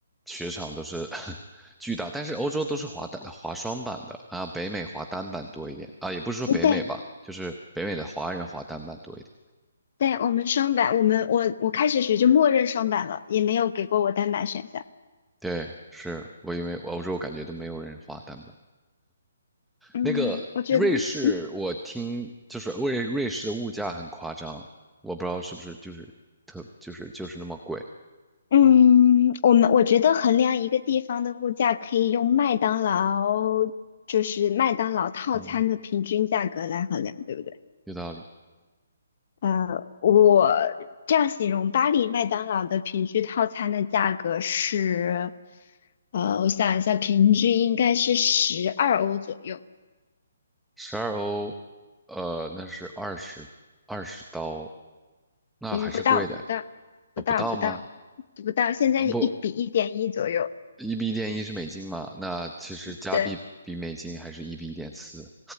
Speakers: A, in the centre; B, on the left (about 35°).
A: 雪场都是 <laughs> 巨大，但是欧洲都是滑单滑双板的啊，北美滑单板多一点啊，也不是说北美吧，
B: 嗯对
A: 就是北美的华人滑单板多一点。
B: 对，我们双板，我们我我开始学就默认双板了，也没有给过我单板选项。
A: 对，是我因为欧洲感觉都没有人花单板。
B: 嗯，
A: 那个瑞士，
B: 我觉得，嗯
A: 我听就是瑞瑞士的物价很夸张，我不知道是不是就是特就是就是那么贵
B: 嗯，我们我觉得衡量一个地方的物价，可以用麦当劳就是麦当劳套餐的平均价格来衡量，
A: 啊，
B: 对不对？
A: 有道理。
B: 呃，我这样形容巴黎麦当劳的平均套餐的价格是，呃，我想一下，平均应该是十二欧左右，
A: 十二欧，呃，那是二十二十刀，那还是贵的
B: 嗯，不到，不到，不到，
A: 啊，不到吗？
B: 不到，不到，现在是一比一点一左右，
A: 呃，不，一比一点一是美金嘛，那其实加币比美金还是一比一点四，
B: 对，